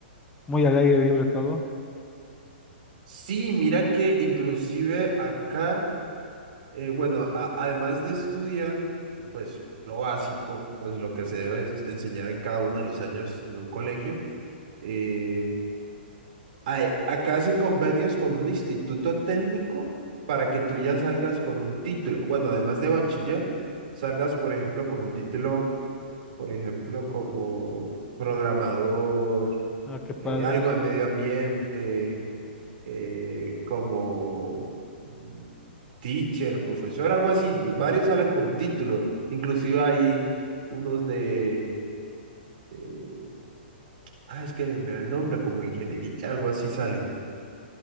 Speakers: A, on the left (about 15°); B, on the right (about 55°).
A: muy al aire libre todo.
B: Sí, mira que inclusive acá, eh, bueno, a- además de estudiar, eh, pues lo básico, pues lo que se debe es- enseñar en cada uno de los años en un colegio, eh, hay- acá hacen convenios con un instituto técnico para que tú ya salgas con un título. Bueno, además de bachiller, salgas, por ejemplo, con un título por ejemplo, como programador,
A: Ah, qué padre.
B: eh, algo de medio ambiente, eh, como mm, teacher, profesor, algo así. Varios salen con títulos, inclusive hay unos de, de- ah, es que me da el nombre, como ingeniería, algo así sale.